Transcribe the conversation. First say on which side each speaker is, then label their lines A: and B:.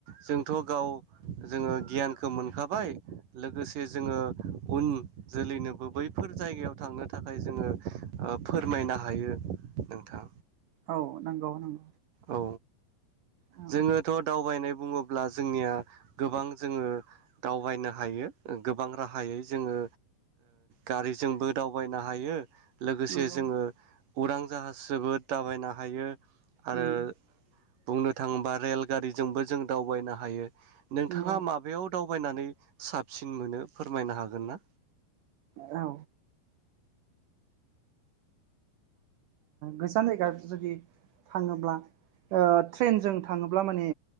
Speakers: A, on the right; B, on the right.
A: जोंथ' गाव जोङो गियान मोनखाबाय लोगोसे जोङो उन जोलैनोबो बैफोर जायगायाव थांनो थाखाय जोङो फोरमायनो हायो नोंथां।
B: औ नंगौ नंगौ
A: औ
B: औ
A: जोङोथ' दावबायनाय बुङोब्ला जोंनिया गोबां जोङो दावबायनो हायो गोबां राहायै जोङो गारिजोंबो दावबायनो हायो। लोगोसे
B: नंगौ
A: जोङो उरां जाहास जोबो दावबायनो हायो। आरो
B: उम
A: बुंनो थाङोबा रेल गारिजोंबो जों दावबायनो हायो। नोंथाङा
B: नंगौ
A: माबायाव दाव बायनानै साबसिन मोनो फोरमायनो हागोन ना?
B: औ गोजान जायगा जुदि थाङोब्ला ट्रेनजों थाङोब्ला माने